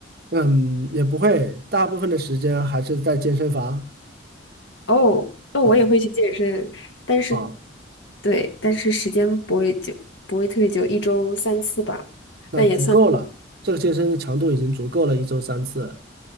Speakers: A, on the right; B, on the left.
A: 嗯，也不会，大部分的时间还是在健身房
B: 哦，那我也会去健身，
A: 啊
B: 但是
A: 啊，
B: 对，但是时间不会久，不会特别久，一周三次吧。
A: 那足够了，
B: 但也算。
A: 这个健身的强度已经足够了，一周三次。